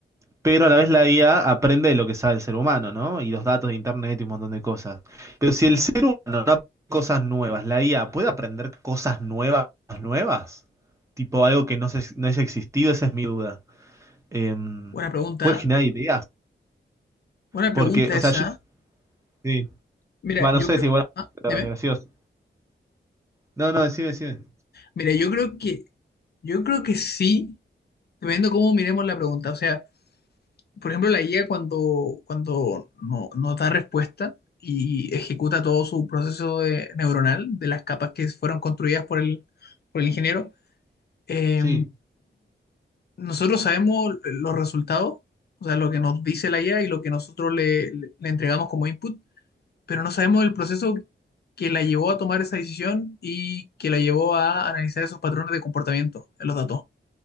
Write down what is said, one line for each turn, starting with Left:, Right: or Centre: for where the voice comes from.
Right: pero a la vez la IA aprende de lo que sabe el ser humano, ¿no? Y los datos de internet y un montón de cosas. Pero si el ser humano no aprende cosas nuevas, la IA puede aprender cosas nuevas, nuevas, tipo algo que no, se- no haya existido, esa es mi duda. Em,
Left: Buena pregunta,
Right: puede generar
Left: ¿eh?
Right: ideas,
Left: buena
Right: porque,
Left: pregunta
Right: o
Left: esa.
Right: sea, yo, sí,
Left: Mira,
Right: Bueno,
Left: yo
Right: no sé
Left: creo,
Right: si, bueno,
Left: ah,
Right: pero
Left: dime.
Right: gracioso. No, no, decime, decime.
Left: Mira, yo creo que, yo creo que sí, dependiendo cómo miremos la pregunta, o sea. por ejemplo, la IA cuando, cuando no, no da respuesta y ejecuta todo su proceso de- neuronal de las capas que fueron construidas por el, por el ingeniero, eh,
Right: Sí.
Left: nosotros sabemos los resultados, o sea, lo que nos dice la IA y lo que nosotros le, le- le entregamos como input, pero no sabemos el proceso que la llevó a tomar esa decisión y que la llevó a analizar esos patrones de comportamiento en los datos.